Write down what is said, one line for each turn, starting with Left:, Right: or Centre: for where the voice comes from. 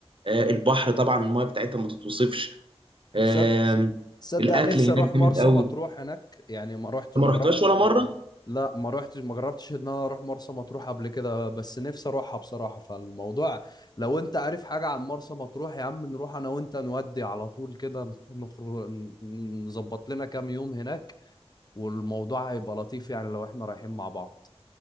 Right: آه، البحر طبعا المايه بتاعتها ما تتوصفش آم،
Left: صد- صدق
Right: الاكل
Left: نفسي
Right: هناك
Left: اروح
Right: جامد
Left: مرسى
Right: قوي
Left: مطروح
Right: انت
Left: هناك يعني ما رحت
Right: ما
Left: ما
Right: رحتهاش
Left: جربت
Right: ولا مره
Left: لا ما روحتش ما جربتش ان انا اروح مرسى مطروح قبل كده بس نفسي اروحها بصراحة فالموضوع لو انت عارف حاجة عن مرسى مطروح يا عم نروح انا وانت نودي على طول كده نخرج نظبط لنا كام يوم هناك والموضوع هيبقى لطيف يعني لو احنا رايحين مع بعض